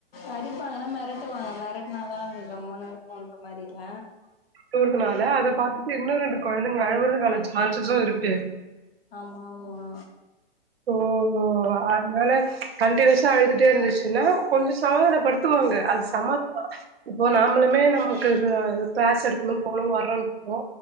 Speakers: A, on the left; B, on the right.
A: அடிப்பாங்கன்னா மெரட்டுவாங்க மெரட்டுனாதா அதுங்க கம்முன்னு இருக்குன்ற மாரில்ல
B: அழுவுறதுனால அத பாத்துட்டு இன்னும் ரெண்டு கொழந்தைங்க அழவுறதுக்கான சான்சசு இருக்கு
A: ஆமா ஆமா
B: ம் ம் அதனால கண்டனியூஸா அழுதுட்டேருந்துச்சுன்னா கொஞ்சோ சமாதானப்படுத் துவாங்க அது சமாதானோ ஆச்சு இப்போ நாமளுமே நமக்கு அ க்ளாஸ் எடுக்கணு போணு வரனு